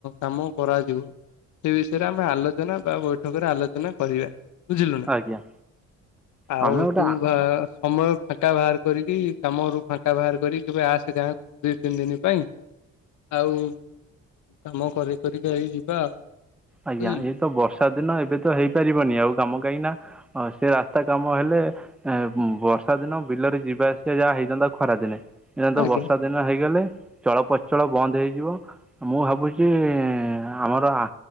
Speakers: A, on the left; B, in the centre.
A: କାମ କରାଯିବ ସେ ବିଷ ସେଟା ଆମେ ଆଲୋଚନା ବା ବୈଠକରେ ଆଲୋଚନା କରିବା। ବୁଝିଲୁ ନା
B: ଆଜ୍ଞା
A: ଆଉ
B: ଆମେ ଗୋଟେ
A: ତୁ ବା ସମୟ ଫାଙ୍କା ବାହାର କରିକି କାମରୁ ଫାଙ୍କା ବାହାର କରିକି କେବେ ଆସେ ଗାଁକୁ ଦି ତିନି ଦିନି ପାଇଁ ଆଉ କାମ କରି କରିକି ଆଇ ଯିବା ଆଉ
B: ଆଜ୍ଞା
A: ବୁଝିଲୁ
B: ଏଇଏ ତ ବର୍ଷା ଦିନ ଏବେ ତ ହେଇପାରିବନି ଆଉ କାମ କାହିଁକି ନା ଆ ସେ ରାସ୍ତା କାମ ହେଲେ ଏଁ ବର୍ଷା ଦିନ ବିଲରେ ଯିବା ଆସିବା ଯାହା ହେଇଥାନ୍ତା ଖରା ଦିନେ ଏଇନେତ
A: ଆଜ୍ଞା
B: ବର୍ଷା ଦିନ ଦିନ ହେଇଗଲେ ଚଳପଚଳ ବନ୍ଦ ହେଇଯିବ। ମୁଁ ଭାବୁଛି ଇଁ ଆମର ଆ